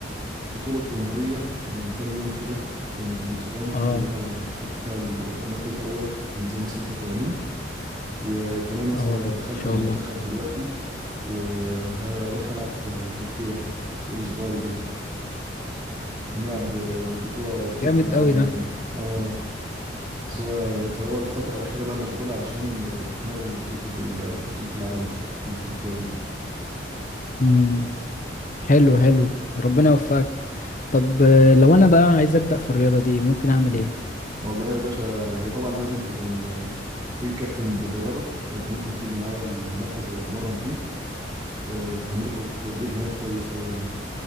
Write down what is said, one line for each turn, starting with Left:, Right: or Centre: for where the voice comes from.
Right: بطولة جمهورية من كام يوم كده من اسبوعين كده
Left: اه
Right: اللي انا خدت فيها المركز اول في ميزان 86 وكمان يا اسطى
Left: اه
Right: دخلت
Left: ما شاء
Right: المنتخب
Left: الله
Right: دلوقتي وهروح العب في تركيا الاسبوع الجاي هنلعب آه، بطولة بطولة
Left: جامد
Right: العالم
Left: قوي ده
Right: يعني اه سواء فهو الفترة الأخيرة بقى مشغول علشان بتمرن لبطولة ال- بطولة العالم اللي في تركيا دي
Left: مم. حلو حلو ربنا يوفقك طب آه، لو انا بقى عايز ابدا في الرياضه دي ممكن اعمل ايه
Right: والله يا باشا هي طبعا لازم تكون في كابتن بيدربك فأنت ممكن تيجي معايا المركز اللي بتمرن فيه آه، التمر- التدريب هناك كويس أوي يعني